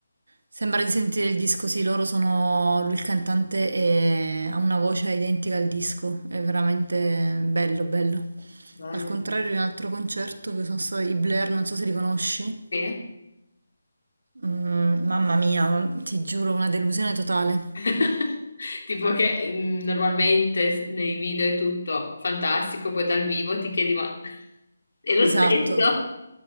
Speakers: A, on the right; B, on the left.
A: Sembra di sentire il disco, sì, loro sono lui il cantante e ha una voce identica al disco, è veramente bello, bello.
B: Bello.
A: Al contrario di un altro concerto che sono stati i Blair, non so se li conosci.
B: Sì.
A: Mm, mamma mia, ti giuro, una delusione totale.
B: <laughs> Tipo che mm, normalmente s- nei video è tutto fantastico, poi dal vivo ti chiedi ma <laughs> è lo
A: Esatto,
B: stesso?